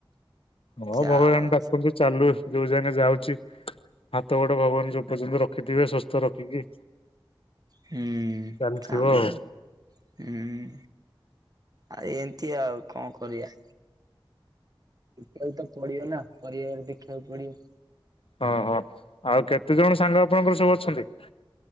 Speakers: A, on the left; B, on the right.
A: ହଁ
B: ଯାଉ
A: ଭଗବାନ ଡାକନ୍ତୁ ଚାଲୁ ଯୋଉ ଜାକେ ଯାଉଛି। ହାତ ଗୋଡ ଭାଗବାନ ଯୋଉ ପର୍ଯ୍ୟନ୍ତ ରଖିଥିବେ ସୁସ୍ଥ ରଖିକି
B: ହୁଁ,
A: ଚାଲିଥିବ
B: ଚାଲୁ।
A: ଆଉ
B: ହୁଁ, ଆଉ ଏମିତି ଆଉ କଣ କରିବା? ଦେଖିବାକୁ ତ ପଡିବ ନା, ପରିବାର ଦେଖିବାକୁ ପଡିବ।
A: ହଁ ହଁ। ଆଉ କେତେ ଜଣ ସାଙ୍ଗ ଆପଣଙ୍କର ସବୁ ଅଛନ୍ତି?